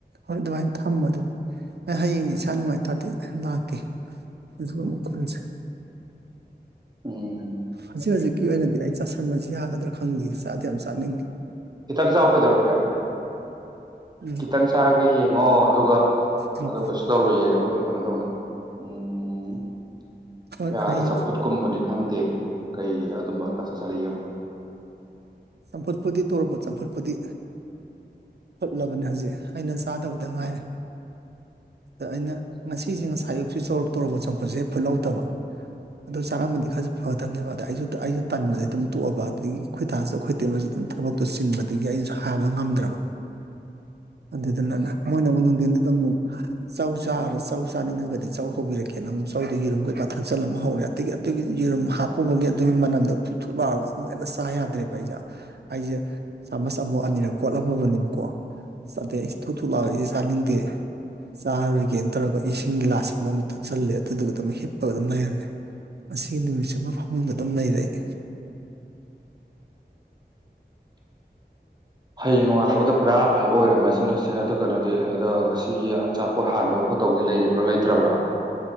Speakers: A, on the right; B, on the right.
A: ꯍꯣꯏ ꯑꯗꯨꯃꯥꯏꯅ ꯊꯝꯃꯣ ꯑꯗꯨꯗꯤ ꯑꯩ ꯍꯌꯦꯡꯗꯤ ꯏꯁꯥ ꯅꯨꯡꯉꯥꯏꯇꯗꯤ ꯂꯥꯛꯀꯦ ꯑꯗꯨꯒ ꯑꯃꯨ ꯄꯨꯟꯁꯦ
B: ꯎꯝ
A: ꯍꯧꯖꯤꯛ ꯍꯧꯖꯤꯛꯀꯤ ꯑꯣꯏꯅꯗꯤ ꯑꯩ ꯆꯥꯁꯟꯕꯁꯤ ꯌꯥꯒꯗ꯭ꯔꯥ ꯈꯪꯗꯦ ꯆꯥꯗꯤ ꯌꯥꯝ ꯆꯥꯅꯤꯡꯗꯦ
B: ꯈꯤꯇꯪ ꯆꯥꯎ ꯀꯩꯗꯧꯔꯒꯦ ꯑꯩ
A: ꯎꯝ
B: ꯈꯤꯇꯪ ꯆꯥꯔꯒ ꯌꯦꯡꯉꯣ ꯑꯗꯨꯒ
A: ꯎꯝ
B: ꯑꯗꯨꯝ ꯀꯩꯁꯨ ꯇꯧꯔꯨꯏꯌꯦ ꯑꯗꯨꯒ ꯀꯩꯅꯣ ꯇꯧꯅꯤ ꯎꯝ
A: ꯍꯣꯏ
B: ꯌꯥꯔ
A: ꯍꯌꯦꯡ
B: ꯆꯄꯠ ꯀꯨꯝꯕꯅꯤ ꯈꯪꯗꯦ ꯀꯩ ꯑꯗꯨꯝꯕ ꯈ ꯆꯠꯁꯤꯜꯂ ꯌꯦꯡꯉꯨ
A: ꯆꯝꯐꯨꯠꯄꯗꯤ ꯇꯧꯔꯄ ꯆꯝꯐꯨꯠꯄꯗꯤ ꯍꯨꯠꯂꯕꯅꯦ ꯍꯧꯖꯤꯛ ꯑꯩꯅ ꯆꯥꯗꯕꯗ ꯉꯥꯏꯔꯦ ꯑꯗ ꯑꯩꯅ ꯉꯁꯤꯁꯦ ꯉꯁꯥꯏꯌꯨꯛꯁꯤ ꯆꯧꯔ ꯇꯧꯔꯄ ꯆꯪꯄꯠꯁꯦ ꯐꯨꯠꯍꯧꯗꯕ ꯑꯗꯨ ꯆꯥꯔꯝꯕꯗꯤ ꯈꯔꯁꯨꯦ ꯐꯒꯗꯕꯅꯦꯕ ꯑ ꯑꯩꯁꯨ ꯑꯩꯁꯨ ꯇꯟꯕꯗꯒꯤꯩ ꯑꯗꯨꯝ ꯇꯣꯛꯑꯕ ꯑꯗꯒꯤ ꯈꯣꯏꯇꯥꯁꯨ ꯑꯩꯈꯣꯏ ꯑꯗꯨꯝ ꯊꯕꯛꯇꯣ ꯆꯤꯟꯕꯗꯒꯤ ꯑꯩꯅꯁꯨ ꯍꯥꯏꯕ ꯉꯝꯗ꯭ꯔꯕ ꯑꯗꯨꯗꯨꯅꯅ ꯃꯣꯏꯅ ꯑꯃꯛ ꯅꯨꯡꯊꯤꯟꯗꯨꯗ ꯑꯃꯨꯛ ꯆꯧ ꯆꯥꯔ ꯆꯧ ꯆꯥꯅꯤꯡꯉꯒꯗꯤ ꯆꯧ ꯍꯧꯕꯤꯔꯛꯀꯦꯅ ꯑꯃꯨꯛ ꯗ ꯌꯦꯔꯨꯝ ꯀꯩꯀꯥ ꯊꯛꯆꯜꯂꯝ ꯑꯃ ꯍꯧꯔꯦ ꯑꯗꯒꯤ ꯑꯗꯨꯒꯤ ꯌꯦꯔꯨꯝ ꯍꯥꯞꯄꯨꯕꯒꯤ ꯑꯗꯨꯒꯤ ꯃꯅꯝꯗꯣꯨꯊꯣꯛꯂꯥꯎꯑꯒ ꯆꯥ ꯌꯥꯗ꯭ꯔꯦꯕ ꯑꯩꯁꯦ ꯑꯩꯁꯦ ꯆꯥꯃꯁ ꯑꯃꯨꯛ ꯑꯅꯤꯔꯛ ꯀꯣꯠꯂꯝꯃꯕꯅꯦꯕꯀꯣ ꯆꯗꯦ ꯏꯁꯇꯣ ꯊꯨꯂꯁꯦ ꯆꯥꯗꯡꯗꯤ ꯆꯥꯔꯣꯏꯒꯦꯅ ꯇꯧꯔꯒ ꯏꯁꯤꯡꯒꯤ ꯂꯥꯁ ꯑꯃꯃꯨꯛ ꯊꯛꯆꯜꯂꯦ ꯑꯗꯨꯗꯨꯒ ꯑꯗꯨꯝ ꯍꯤꯞꯄꯒ ꯑꯗꯨꯝ ꯂꯩꯔꯝꯃꯦ ꯃꯁꯤꯒꯤ ꯅꯨꯃꯤꯠꯁꯤ ꯑꯃ ꯐꯃꯨꯡꯗ ꯑꯗꯨꯝ ꯂꯩꯔꯛ
B: ꯍꯌꯦꯡ ꯅꯣꯡꯉꯥꯜꯂꯛꯄꯗ ꯄꯨꯔꯥ ꯐꯕ ꯑꯣꯏꯔꯝꯃꯁꯅꯁꯦ ꯑꯗꯨ ꯀꯩꯅꯣꯗꯤ ꯑꯗꯣ ꯉꯁꯤꯒꯤ ꯑꯆꯥꯄꯣꯠ ꯍꯥꯟꯗꯧꯠ ꯇꯧꯗꯤ ꯂꯩꯔꯤꯕ꯭ꯔꯥ ꯂꯩꯇ꯭ꯔꯕ꯭ꯔꯥ